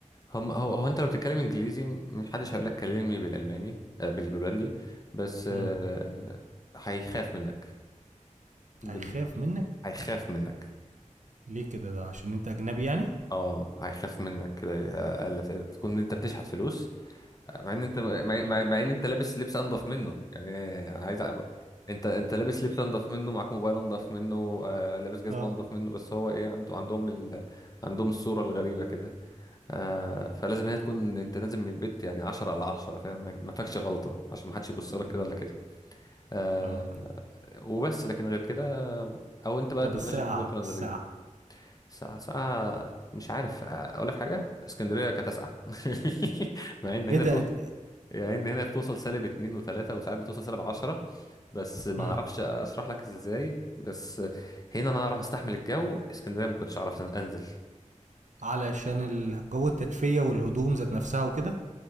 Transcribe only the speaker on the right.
امم
هيخاف منك
ليه كده ده عشان انت اجنبي يعني
اه
مم.
اه
طب
الساعه
الساعه
ايه ده
انت...
مم.
علشان الجو التدفئه والهدوم ذات نفسها وكده